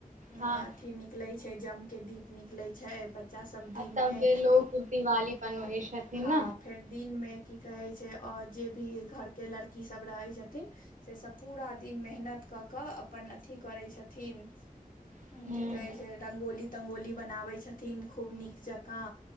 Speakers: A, on the right; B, on the left.
A: हँ
B: अथी निकलै जम के दीप निकले छै बट बच्चा सब
A: आ
B: दिन
A: तब
B: मे
A: जे लोग दिवाली बनबै छथिन
B: हँ फेर दिन मे की कहै छै अ जे भी इ घर के लड़की सब रहै छथिन से सब पूरा दिन मेहनत क कऽ अपन अथी करै छथिन
A: न
B: की कहै छै रंगोली रंगोली बनाबै छथिन खूब नीक जकाँ